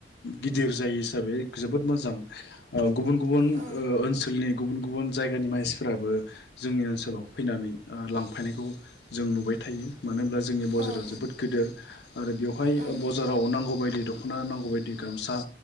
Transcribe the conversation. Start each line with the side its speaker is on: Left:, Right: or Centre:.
Left: गिदिर जायो हिसाबै जोबोद मोजां ओ गुबुन गुबुन
Right: औ
Left: ओ ओनसोलनि गुबुन गुबुन जायगानि मानसिफोराबो जोंनि ओनसोलाव फैनानै ओ लांफायनायखौ जों नुबाय थायो मानो होनब्ला जोंनि बजारा
Right: औ ओं
Left: जोबोद गोदोर आरो बेवहाय
Right: ओं उम
Left: बजाराव नांगौ बायदि दख दखना नांगौ बायदि गामसा